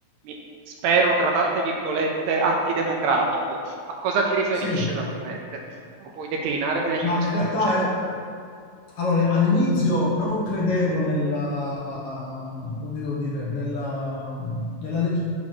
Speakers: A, on the right; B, on the left.
A: mi- spero tra tante virgolette, antidemocratico, a cosa ti riferisci
B: sì.
A: esattamente? Lo puoi declinare meglio
B: Ma
A: questo
B: in realtà,
A: concetto?
B: eh, allora, all'inizio non credevo nella, come devo dire, nella, nella leg-